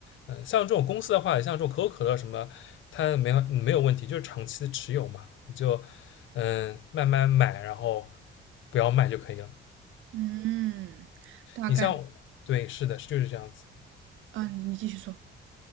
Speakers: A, on the left (about 75°); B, on the right (about 75°).
A: 嗯，像这种公司的话，像这种可口可乐什么，它没有没有问题，就是长期的持有嘛，你就嗯慢慢买，然后不要卖就可以了。
B: 嗯，大概，
A: 你像，对，是的，就是这样子。
B: 嗯、你你继续说，